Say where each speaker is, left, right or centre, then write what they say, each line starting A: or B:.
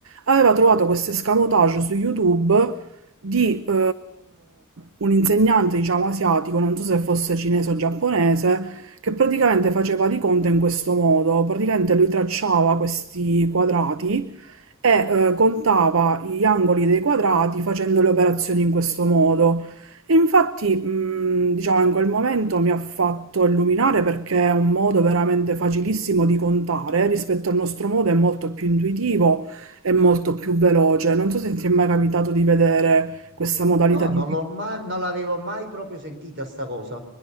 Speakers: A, on the right (about 70°); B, on the right (about 55°).
A: aveva trovato questo escamotage su YouTube di eh, un insegnante, diciamo, asiatico, non so se fosse cinese o giapponese, che praticamente faceva di conto in questo modo. Praticamente lui tracciava questi quadrati e eh, contava gli angoli dei quadrati facendo le operazioni in questo modo. E infatti, mh, diciamo, in quel momento mi ha fatto illuminare perché è un modo veramente facilissimo di contare, eh, rispetto al nostro modo è molto più intuitivo e molto più veloce. Non so se ti è mai capitato di vedere questa modalità
B: No,
A: di...
B: non l'ho mai, non l'avevo mai proprio sentita sta cosa.